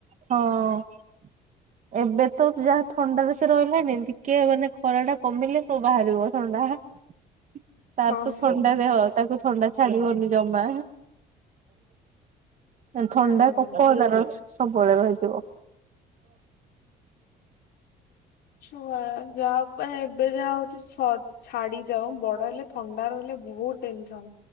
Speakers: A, on the right; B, on the left.
A: ହଁ <inaudible> ଏବେ ତ ଯାହା ଥଣ୍ଡାାରେ ସେ ରହିଲାନି ଟିକେ ମାନେ ଖରା ଟା କମିଲେ ସବୁ ବାହାରିବ ଥଣ୍ଡା ତାର
B: ହଁ
A: ତ
B: ହୁଁ।
A: ଥଣ୍ଡା ଦେହ ତାକୁ ଥଣ୍ଡା ଛାଡ଼ି ହ ନି ଯାଉମା ଥଣ୍ଡା
B: ହୁଁ।
A: କଫ ତାର ସବୁବେଳେ ରହିଥିବ
B: ଛୁଆ ଯାହା ମାନ ଏବେ ଯାହା ହଉଛି ସତ ଛାଡ଼ି ବଡ ହେଲେ ଥଣ୍ଡା ରହିଲେ ବହୁତ ପେନଛ <inaudible>